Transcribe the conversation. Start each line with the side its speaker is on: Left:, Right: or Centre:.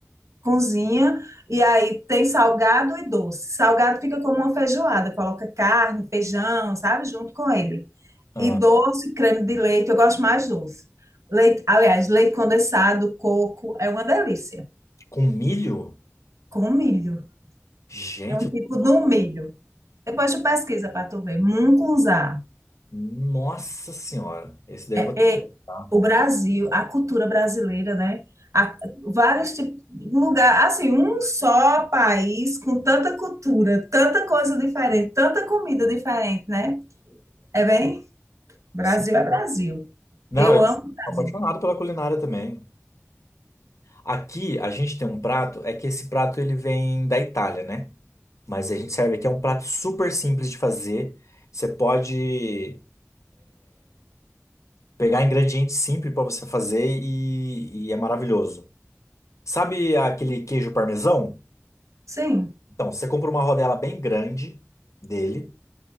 Right: cozinha e aí tem salgado e doce. Salgado fica como uma feijoada, coloca carne, feijão, sabe, junto com ele.
Left: Ah,
Right: E doce, creme de leite, eu gosto mais doce. Leite, aliás, leite condensado, coco, é uma delícia.
Left: com milho?
Right: Com milho.
Left: Gente,
Right: É um
Left: eu
Right: tipo
Left: tô...
Right: de um milho. Depois tu pesquisa para tu ver. Mungunzá.
Left: Nossa Senhora. Esse daí
Right: é,
Left: eu vou ter que testar.
Right: o Brasil, a cultura brasileira, né? A- vários tipos, lugar, assim, um só país com tanta cultura, tanta coisa diferente, tanta comida diferente, né? É bem, Brasil
Left: Sim.
Right: é Brasil.
Left: Não,
Right: Eu
Left: eu
Right: amo
Left: sou
Right: o Brasil.
Left: apaixonado pela culinária também. Aqui, a gente tem um prato, é que esse prato ele vem da Itália, né? Mas a gente serve aqui, é um prato super simples de fazer. Você pode pegar ingredientes simples para você fazer e, e é maravilhoso. Sabe aquele queijo parmesão?
Right: Sim.
Left: Então, você compra uma rodela bem grande dele.